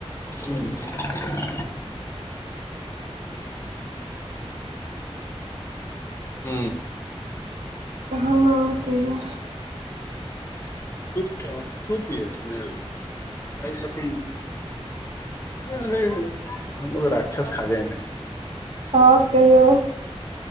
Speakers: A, on the left (about 25°); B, on the right (about 75°).
A: हूं। हूं।
B: हम-अहा तहियौ
A: ठीक छैय हां सूप पिएं छी एही स पी। <unintelligible> हमरो राक्षस खा जा रहै। <inaudible>
B: और कहियौ।